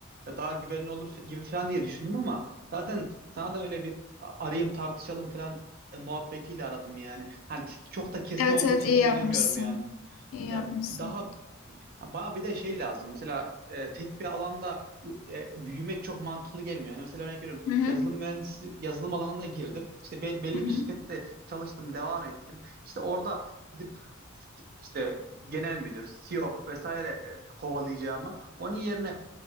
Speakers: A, on the right; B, on the left.
A: daha güvenli olur gibi falan diye düşündüm ama zaten sana da öyle bir arayayım tartışalım falan e, muhabbetiyle aradım yani. Hani çok da kesin
B: Evet
A: olduğu
B: evet
A: için
B: iyi
A: söylemiyorum
B: yapmışsın.
A: yani.
B: İyi
A: Ya
B: yapmışsın.
A: daha Ya bana bir de şey lazım. Mesela e, tek bir alanda u- e, büyümek çok mantıklı gelmiyor. Yani mesela örnek veriyorum
B: Hı hı.
A: yazılım mühendisi yazılım alanına girdim. İşte be- belli
B: Hı hı.
A: bir şirkette çalıştım, devam ettim. İşte orada gidip işte genel müdür, CEO vesaire e, kovalayacağıma onun yerine